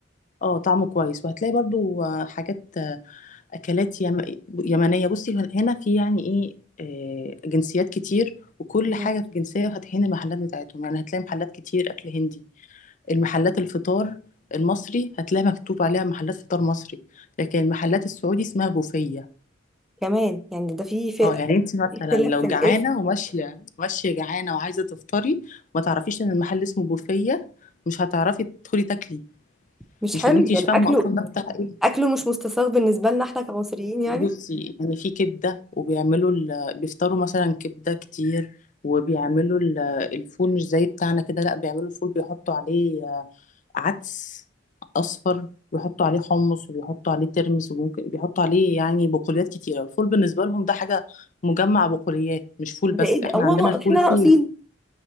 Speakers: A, on the left; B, in the centre.
A: اه طعمه كويس وهتلاقي برضو حاجات اكلات يم... يمنيه بصي هن- هنا في يعني ايه آه، جنسيات كتير وكل
B: مم.
A: حاجه في جنسيه فاتحين المحلات بتاعتهم يعني هتلاقي محلات كتير اكل هندي المحلات الفطار المصري هتلاقي مكتوب عليها محلات فطار مصري لكن محلات السعودي اسمها بوفيه
B: كمان يعني ده في في
A: اه يعني انت مثلا
B: في اختلاف
A: لو
B: في الاسم
A: جعانه وماشيه ماشيه جعانه وعايزه تفطري ما تعرفيش ان المحل اسمه بوفيه مش هتعرفي تدخلي تاكلي
B: مش
A: مش
B: حلو
A: انت
B: يعني
A: مش فاهمه
B: اكله
A: اصلا ده بتاع ايه
B: اكله مش مستساغ بالنسبه لنا احنا كمصريين يعني
A: بصي يعني في كبدة وبيعملوا ال... بيفطروا مثلا كبدة كتير وبيعملوا ال... الفول مش زي بتاعنا كده لا بيعملوا الفول بيحطوا عليه آه، عدس أصفر ويحطوا عليه حمص وبيحطوا عليه ترمس وممكن بيحطوا عليه يعني بقوليات كتيرة الفول بالنسبة لهم ده حاجة مجمع بقوليات مش فول
B: ده
A: بس
B: ايه
A: احنا
B: ده هو
A: عندنا
B: ناقص
A: الفول
B: احنا
A: فول
B: ناقصين